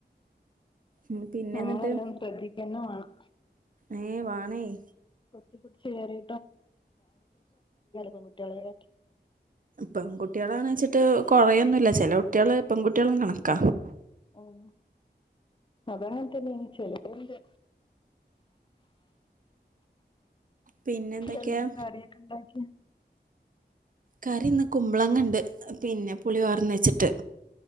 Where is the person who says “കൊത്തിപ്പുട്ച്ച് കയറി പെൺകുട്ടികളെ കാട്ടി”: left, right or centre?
Left